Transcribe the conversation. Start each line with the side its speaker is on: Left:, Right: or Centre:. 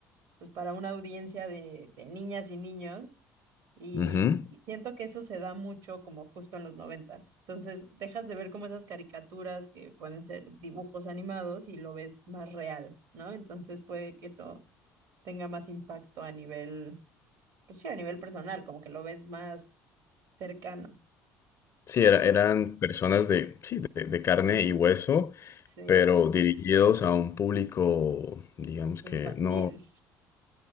Right: pues para una audiencia de, de niñas y niños, y,
Left: ujú.
Right: y siento que eso se da mucho como justo en los noventas. Entonces, dejas de ver como esas caricaturas que pueden ser dibujos animados y lo ves más real, ¿no? Entonces puede que eso tenga más impacto a nivel pues sí, a nivel personal, como que lo ves más cercano, o
Left: Sí, era-
Right: sea,
Left: eran personas de, sí, de, de carne y hueso,
Right: sí,
Left: pero dirigidos a un público, digamos
Right: infantil.
Left: que no